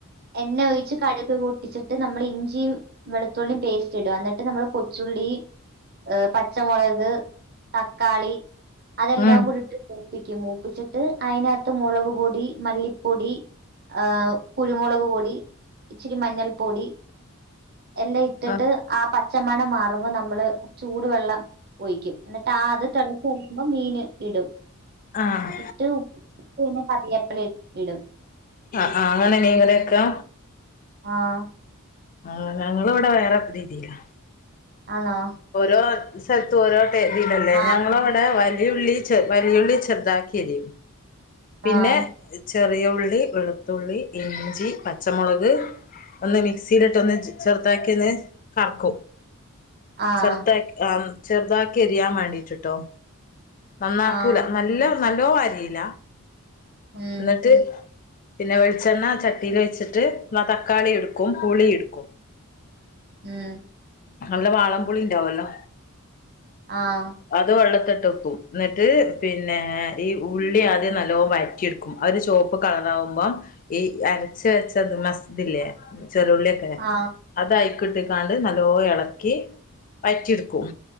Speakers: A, on the right; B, on the left.
A: എണ്ണ ഒയിച്ച് കട്ക് പൊട്ടിച്ചിട്ട് നമ്മൾ ഇഞ്ചിം വെളുത്തുള്ളിം പേസ്റ്റ് ഇടാ. എന്നിട്ട് നമ്മള് കൊച്ചുള്ളി ഏഹ് പച്ചമുളക് തക്കാളി അതെല്ലാം
B: ഉം
A: കൂടീട്ട് മൂപ്പിക്കും മൂ പ്പിച്ചിട്ട് അതിനകത്ത് മുളക്പൊടി, മല്ലിപ്പൊടി ഏഹ് കുരുമുളക് പൊടി, ഇച്ചിരി മഞ്ഞൾ പൊടി, എല്ലം ഇട്ടിട്ട്
B: ആഹ്
A: ആ പച്ച മണം മാറുമ്പം നമ്മള് ചൂടുവെള്ളം ഒഴിക്കും. എന്നിട്ട് ആ അത് തെളച്ച് കഴിയുമ്പം മീന് ഇടും.
B: ആഹ്
A: ഇട്ട് ഉപ്പ് പിന്നെ കറിയാപ്പില ഇ ഇടും.
B: ആഹ് ആഹ് അങ്ങനെ മീൻ കറി വെക്കാ.
A: ആഹ്
B: ആഹ് ഞങ്ങള് ഇവടെ വേറെ രീതിലാ.
A: ആന്നോ
B: ഓരോ സ്ഥലത്തും ഓരോ ടെ ഇതിലല്ലേ.
A: ആഹ്
B: ഞങ്ങളെവടെ വലിയുള്ളി ചെ വലിയുള്ളി ചെറുതാക്കിരി എരിയും. പിന്നെ
A: ആഹ്
B: ചെറിയ ഉള്ളി, വെളുത്തുള്ളി, ഇഞ്ചി, പച്ചമുളക്, ഒന്ന് മിക്സിയിലിട്ടൊന്ന് ചെറുതാക്കി ഒന്ന് കറക്കും.
A: ആഹ്
B: ചെറുതാക് ആഹ് ചെറുതാക്കി എരിയാൻ വേണ്ടീട്ട്ട്ടോ. നന്നാക്കൂല
A: ആഹ്
B: നല് ല്ല നല്ലോം അരീല്ല.
A: ഉം
B: ഇന്നട്ട് പിന്നെ വെളിച്ചെണ്ണ ചട്ടീൽ വെച്ചിട്ട് ന്ന തക്കാളി ഇട്ക്കും പുളി ഇട്ക്കും
A: ഉം
B: നല്ല വാളംപുളിണ്ടാവൊല്ലോ.
A: ആഹ്
B: അത് വെള്ളത്ത് ഇട്ടക്കും. ഇന്നട്ട് പിന്നെ ഈ ഉള്ളി ആദ്യം നല്ലോം വയ റ്റിയെടുക്കും. അതൊരു ചോപ്പ് കളറാവുമ്പോം ഈ അരച്ച് വെച്ചത് മസ് ദ്ല്ലേ. ചെറുള്ള്യൊക്കെ
A: ആഹ്
B: അതയ്ക്കിട്ട്ക്കാണ്ട് നല്ലോ എളക്കി വയറ്റിട്ക്കും.